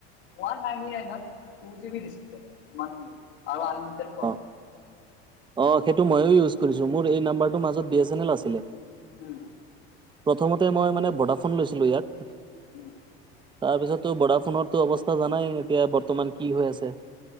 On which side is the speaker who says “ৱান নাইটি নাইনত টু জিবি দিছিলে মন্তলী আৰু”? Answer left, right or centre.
Left